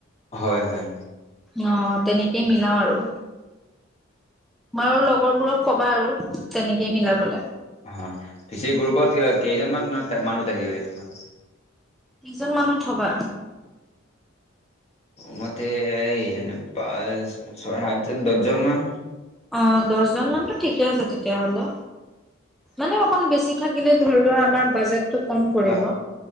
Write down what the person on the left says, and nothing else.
হয় হয়।
অ, পিছে গ্ৰুপত কেইজনমানান মানুহ থাকিব এইটো।
মতে এই যে প ছয় সাতজন দহজন মান
বা